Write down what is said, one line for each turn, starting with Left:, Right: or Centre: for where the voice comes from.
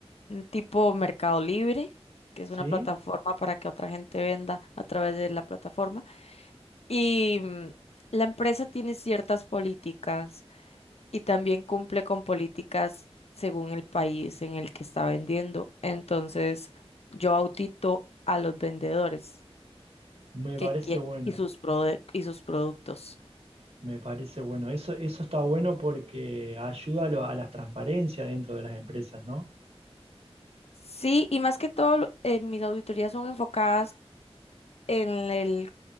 Left: un tipo Mercado Libre, que es
Right: ¿sí?
Left: una plataforma para que otra gente venda a través de la plataforma. Y mm, la empresa tiene ciertas políticas y también cumple con políticas según el país en el que está vendiendo. Entonces, yo audito a los vendedores
Right: Me
Left: que
Right: parece
Left: quieren
Right: bueno,
Left: y sus prode- y sus productos.
Right: me parece bueno. Eso, eso está bueno porque ayuda a, lo- a la transparencia dentro de las empresas, ¿no?
Left: Sí, y más que todo, lo- eh, mis auditorías son enfocadas en el,